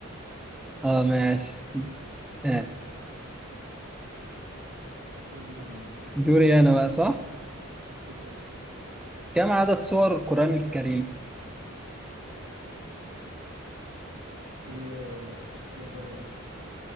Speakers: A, in the centre; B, on the right.
A: اه ماشي آه،
B: مم. اسأل
A: دوري انا بقى صح؟
B: اسأل
A: كم عدد سور القرآن الكريم؟
B: 144